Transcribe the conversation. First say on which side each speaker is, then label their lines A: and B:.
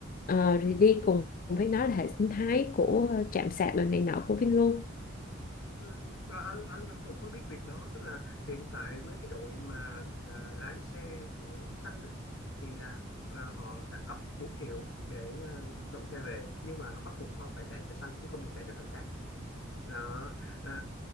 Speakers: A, on the left; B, on the left.
A: Ờ, rồi đi cùng với nó là hệ sinh thái của ờ, trạm sạc đồ này nọ của Vin luôn
B: Ừ, à, anh anh anh cũng có biết việc đó tức là hiện tại với cái đội mà à, lái xe của xanh á, thì là à, họ đặt cọc 4 triệu để à, cầm xe về nhưng mà bắt buộc họ phải chạy cho xanh chứ không được chạy cho thằng khác đó à,